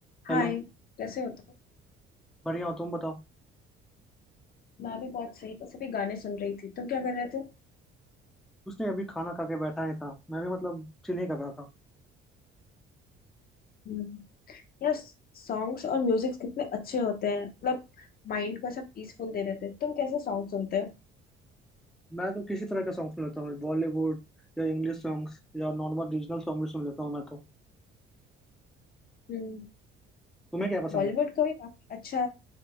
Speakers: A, on the left; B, in the centre.
A: हाय
B: Hello
A: कैसे हो तुम
B: बढ़िया हो तुम बताओ
A: मैं भी बहुत सही बस अभी गाने सुन रही थी तुम क्या कर रहे थे
B: उसने अभी खाना खा के बैठा ही था मैं भी मतलब चिल ही कर रहा था
A: हम्म, यार सॉन्ग्स और म्यूजिक कितने अच्छे होते हैं मतलब माइंड को ऐसा पीसफुल दे देते हैं तुम कैसे सॉन्ग सुनते हो
B: मैं तो किसी तरह के सॉन्ग सुन लेता हूँ बॉलीवुड या इंग्लिश सॉन्ग्स या नॉर्मल रीजनल सॉन्ग भी सुन लेता हूँ मैं तो
A: हम्म,
B: तुम्हें क्या पसंद
A: बॉलीवुड
B: है
A: का भी काफी अच्छा